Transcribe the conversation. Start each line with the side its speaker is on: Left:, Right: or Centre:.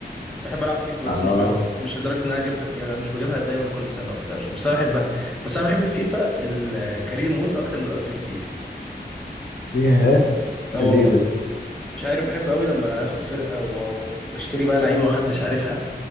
Centre: بحب العب فيفا بس
Left: آه
Centre: مش ب... مش لدرجه ان انا اجيبها يعني مش بجيبها دايما كل سنه وبتاع عشان- بس انا بحبها بس انا بحب فيفا الكارير مود اكتر من الالتيميت تيم
Left: ياه ده
Centre: اه والله
Left: ليه ده؟
Centre: مش عارف بحب قوي لما اخد فرقه و- واشتري بقى لعيبه محدش عارفها